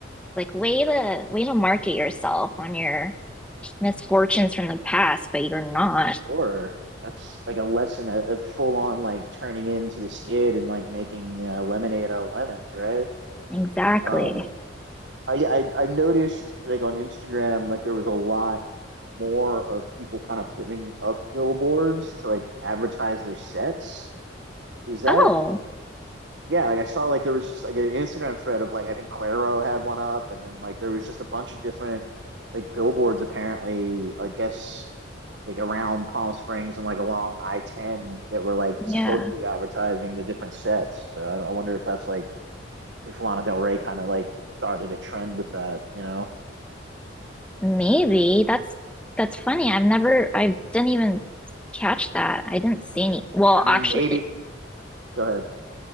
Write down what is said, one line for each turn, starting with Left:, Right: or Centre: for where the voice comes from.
Centre: Like, way to way to market yourself on your misfortunes from the past, but you're not.
Right: Or that's like a lesson of, of full on like turning into the skid and like making uh, lemonade out of lemons, right?
Centre: Exactly.
Right: Um, I, I I noticed like on Instagram like there was a lot more of people kind of putting up billboards to like advertise their sets. Is that
Centre: Oh,
Right: yeah, like I saw like there was just like an Instagram thread of like I think Claro had one up, and then like there was just a bunch of different like billboards apparently, I guess like around Palm Springs and like along I ten that were like supposedly
Centre: yeah.
Right: advertising the different sets. So I, I wonder if that's like if Lana Del Rey kind of like started a trend with that, you know?
Centre: Maybe that's that's funny. I've never I didn't even catch that. I didn't see any. Well,
Right: I mean,
Centre: actually,
Right: maybe. Go ahead.